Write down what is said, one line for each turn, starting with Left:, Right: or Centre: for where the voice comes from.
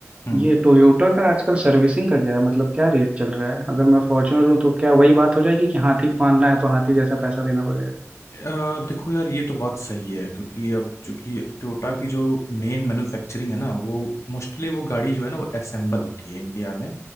Left: हम्म
Right: ये टोयोटा का आजकल सर्विसिंग का क्या है मतलब क्या रेट चल रहा है अगर मैं फॉर्च्यूनर हूँ तो क्या वही बात हो जाएगी कि हाथी पालना है तो हाथी जैसा पैसा देना पड़ेगा
Left: अ, देखो यार ये तो बात सही है क्योंकि अब चूंकि टोयोटा की जो मेन मैन्युफैक्चरिंग है ना वो मोस्टली वो गाड़ी जो है ना वो असेंबल होती है इंडिया में